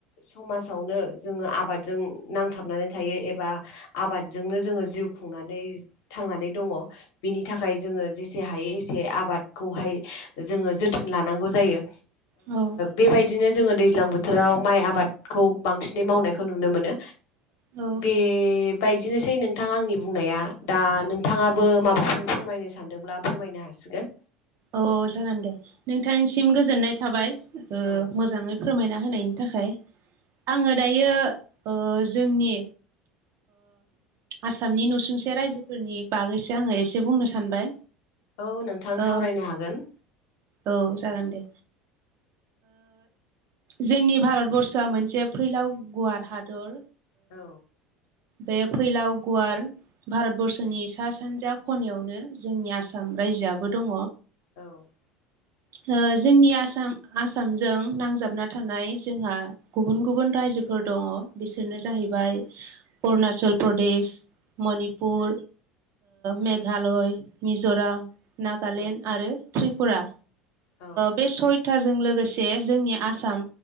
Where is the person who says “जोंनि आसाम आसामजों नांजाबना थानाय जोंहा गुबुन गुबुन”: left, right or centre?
Right